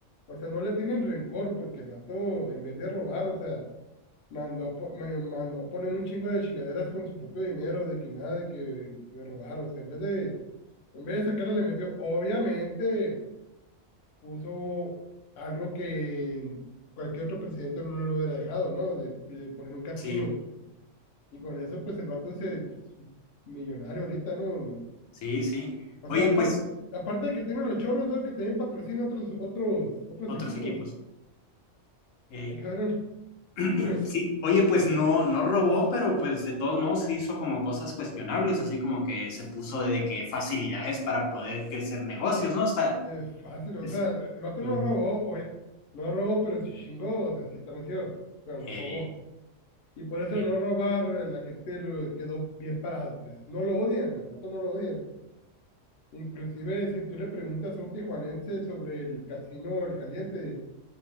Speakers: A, on the left; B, on the left.
A: O sea, no le tienen rencor porque el vato, en vez de robar, o sea, mandó a, po- man- mandó a poner un chingo de chingaderas con su propio dinero, de que nada, de que de robar. O sea, en vez de, en vez de sacarle, le metió, obviamente puso algo que cualquier otro presidente no lo hubiera dejado, ¿no? De, de poner un casino.
B: sí,
A: Y con eso, pues el vato es eh, pues, millonario ahorita, ¿no?
B: sí, sí.
A: O
B: Oye,
A: sea, aparte,
B: pues,
A: aparte de que tienen los cholos, veo que también patrocina otros, otros, otros
B: otros
A: equipos.
B: equipos. Ey.
A: La cabrón, <laughs>
B: <clears throat>
A: dime,
B: Sí, oye, pues no, no robó, pero pues de todos modos se hizo como cosas cuestionables, así como que se puso de que facilidades para poder crecer negocios, ¿no? Está,
A: eh, fácil, o
B: es,
A: sea, el vato
B: ujú.
A: no robó, oye, no robó, pero sí chingó, o sea, sí transió, pero no
B: Ey,
A: robó. Y por eso
B: ey.
A: no robar, eh, la gente lo quedó bien parado, pues no lo odian, el vato no lo odian Inclusive si tú le preguntas a un tijuanense sobre el casino El Caliente,